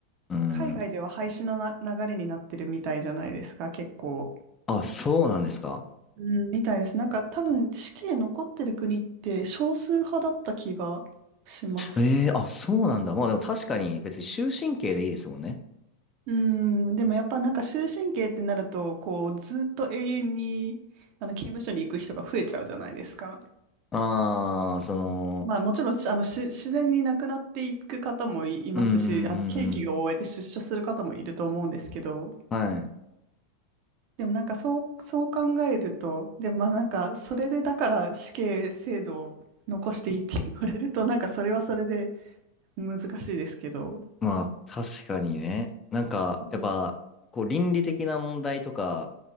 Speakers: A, on the left; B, on the right.
A: うーん。
B: 海外では廃止のな流れになってるみたいじゃないですか、結構。
A: あ、そうなんですか
B: うんみたいです。なんか多分死刑残ってる国って少数派だった気がします。
A: ええー、あ、そうなんだ。まあでも確かに別に終身刑でいいですもんね。
B: うん、でもやっぱなんか終身刑ってなると、こうずっと永遠にあの刑務所に行く人が増えちゃうじゃないですか。
A: ああ、その、
B: まあもちろんしあのし自然に亡くなっていく方もい、いますし、
A: うんうんう
B: あの刑期が終えて出所する方もいると思うんですけど、
A: んうん。はい。
B: でもなんかそう、そう考えると、でもまあなんかそれでだから死刑制度を残していいって言われると、なんかそれはそれで難しいですけど。
A: まあ確かにね。なんか、
B: うん
A: やっぱ、こう倫理的な問題とか